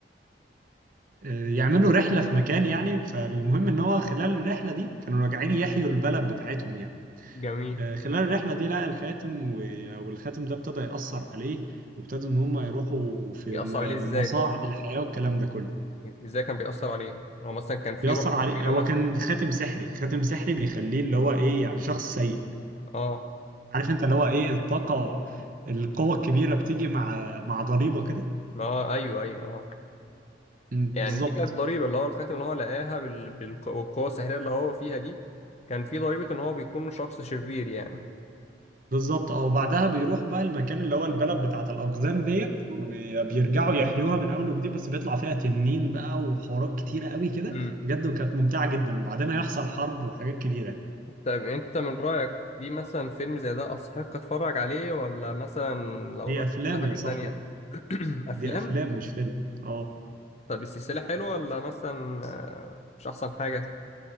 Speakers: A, on the right; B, on the left.
A: آه، يعملوا رحلة في مكان يعني فالمهم ان هو خلال الرحلة دي كانوا راجعين يحيوا البلد بتاعتهم يعني
B: جميل
A: آه، خلال الرحلة دي لقى الخاتم و... والخاتم ده ابتدى يأثر عليه وابتدوا ان هم يروحوا في
B: بيأثر
A: م-
B: عليه ازاي
A: مصاعب
B: طب
A: الحياة والكلام ده كله
B: ازاي كان بيأثر عليه هو مثلا كان في
A: بيأثر
B: روح
A: عليه
B: شريره
A: هو
B: مثلا
A: كان خاتم سحري خاتم سحري بيخليه اللي هو ايه يعني شخص سيء
B: اه
A: عارف انت اللي هو ايه الطاقة القوة الكبيرة بتيجي مع مع ضريبة كده
B: ما هو ايوه ايوه اه
A: امم
B: يعني
A: بالظبط
B: دي كانت ضريبة اللي هو الخاتم اللي هو لقاها بال- بالق- بالقوة السحرية اللي هو فيها دي كان في ضريبة إن هو بيكون شخص شرير يعني
A: بالظبط اه وبعدها بيروح بقى المكان اللي هو البلد بتاعت الأقزام ديت وبيرجعوا يحيوها من أول وجديد بس بيطلع فيها تنين بقى وحوارات كتيرة قوي كده
B: امم
A: بجد وكانت ممتعة جدا وبعدين هيحصل حرب وحاجات كبيرة
B: طيب أنت من رأيك دي مثلا فيلم زي ده أستحق أتفرج عليه ولا مثلا لو
A: دي
B: رشحت
A: أفلام
B: لي حاجة
A: يا صاحبي
B: تانية <clears throat> أفلام
A: دي أفلام مش فيلم اه
B: طب السلسلة حلوة ولا مثلا آه، مش أحسن حاجة